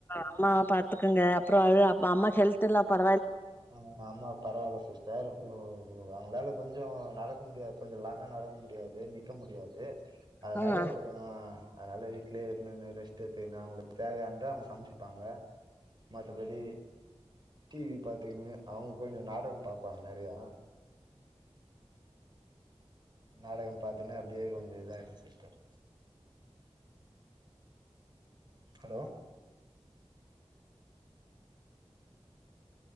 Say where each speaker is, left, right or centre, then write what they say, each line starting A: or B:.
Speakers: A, on the left; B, on the right.
A: அம்மாவ பாத்துக்கங்க அப் ப்ரோ அழு அப்ப அம்மா ஹெல்த்தெல்லா பாத்
B: ஆஹ் அம்மா பரவால்ல சிஸ்டர் ஓ ஓ அவங்களால கொஞ்சம் நடக்க முடியாது கொஞ்சம் லாங்கா நடக்க முடியாது நிக்க முடியாது அதனால
A: ஆ
B: வு ஆஹ் அதனால வீட்லயே இருந்துன்னு ரெஸ்ட் எட்துன்னு அவங்களுக்கு தேவையானத அவங்க சமைச்சிப்பாங்க மத்தபடி டிவி பாத்தீன்னு அவங்க கொஞ்சம் நாடகம் பார்ப்பாங்க நெறையா நாடகம் பாத்துன்னு அப்படியே கொஞ்சோ இதாயிடும் சிஸ்டர் ஹலோ